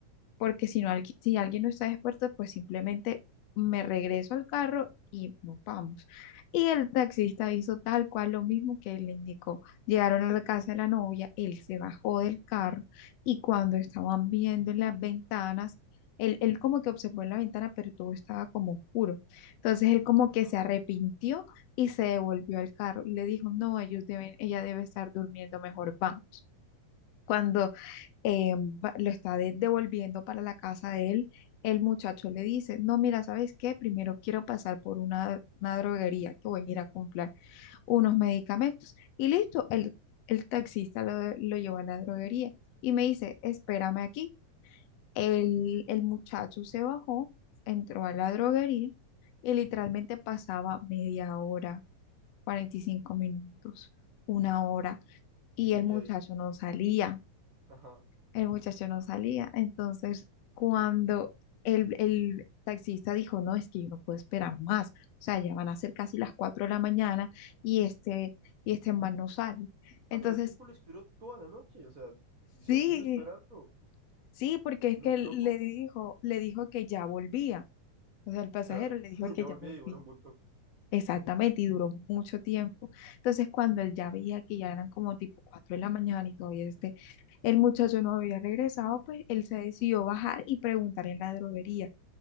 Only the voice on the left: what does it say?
porque si no, algui- si alguien no está despierto, pues simplemente me regreso al carro y nos vamos. Y el taxista hizo tal cual lo mismo que él le indicó. Llegaron a la casa de la novia, él se bajó del carro y cuando estaban viendo en las ventanas, él, él como que observó en la ventana, pero todo estaba como oscuro. Entonces él como
que se arrepintió y se devolvió al carro y le dijo, no, ellos deben, ella debe estar durmiendo, mejor vamos. Cuando eh, va- lo está de- devolviendo para la casa de él, el muchacho le dice, no, mira, ¿sabes qué? Primero quiero pasar por una, una droguería que voy a ir a comprar unos medicamentos. Y listo, el, el taxista lo, lo llevó a la droguería y me dice, espérame aquí. El, el muchacho se bajó, entró a la droguería y literalmente pasaba media hora, 45 minutos, una hora, y
el muchacho
no salía
el muchacho no salía. Entonces, cuando el, el taxista dijo, no, es que yo no puedo esperar más, o sea, ya van a ser casi las 4 de la mañana y este, y este man no sale. Entonces,
sí,
sí, porque es
que él
le dijo, le dijo que ya volvía, o sea, el pasajero
le dijo
que
ya volvía.
Exactamente,
y duró mucho tiempo. Entonces, cuando él ya veía que ya eran como tipo 4 de la mañana y todavía este, el muchacho no había regresado, pues él se decidió bajar y preguntar en la droguería